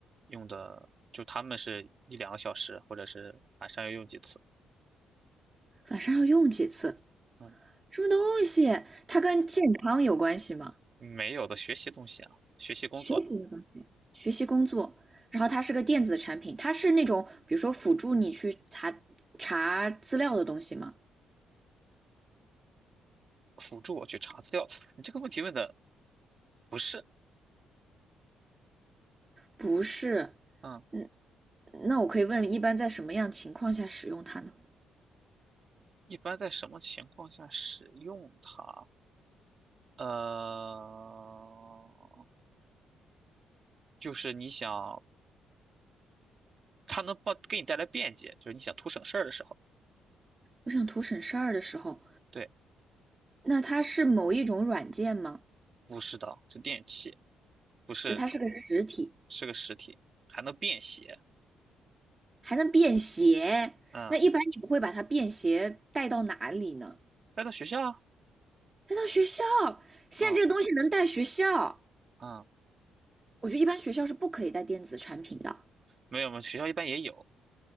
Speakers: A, on the right; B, on the right.
A: 用的就他们是一两个小时，或者是晚上要用几次。
B: 晚上要用几次？
A: 嗯，
B: 什么东西？它跟健康有关系吗？
A: 没有的学习东西啊，学习工作的
B: 学习的东西，学习工作。然后它是个电子产品，它是那种比如说辅助你去查查资料的东西吗？
A: 辅助我去查资料。你这个问题问的不是，
B: 不是。
A: 嗯，
B: 嗯，那我可以问，一般在什么样情况下使用它呢？
A: 一般在什么情况下使用它？呃，就是你想它能帮给你带来便捷，就是你想图省事儿的时候。
B: 我想图省事儿的时候，
A: 对，
B: 那它是某一种软件吗？
A: 不是的，是电器，不是
B: 就它是个实体。
A: 是个实体，还能便携。
B: 还能便携。
A: 嗯。
B: 那一般你不会把它便携带到哪里呢？
A: 带到学校
B: 带到学校。现在这个东西能带学校，
A: 啊啊，
B: 我觉得一般学校是不可以带电子产品的。
A: 没有吗？学校一般也有，